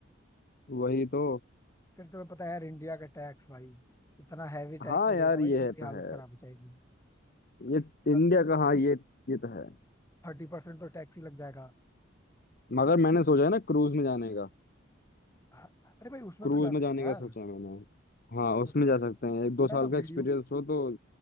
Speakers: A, on the left (about 50°); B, on the left (about 15°).
A: वही तो
B: फिर तुम्हें पता है यार इंडिया का टैक्स भाई इतना हैवी टैक्स
A: हाँ
B: लगेगा
A: यार
B: भाई
A: ये
B: तुम्हारी
A: है तो
B: हालत
A: है
B: खराब हो जाएगी
A: ये
B: मतलब
A: इंडिया का हाँ ये ये तो है
B: थर्टी परसेंट तो टैक्स ही लग जाएगा
A: मगर मैंने सोचा है ना क्रूज में जाने का
B: हाँ, अरे भाई उसमें
A: क्रूज
B: तो जा सकते
A: में जाने
B: हैं
A: का
B: यार
A: सोचा है मैंने हाँ
B: उसमें
A: उसमें
B: तो जा
A: जा
B: सकते
A: सकते हैं एक दो
B: हैं। मैं
A: साल
B: ना
A: का
B: वीडियोस
A: एक्सपीरियंस हो तो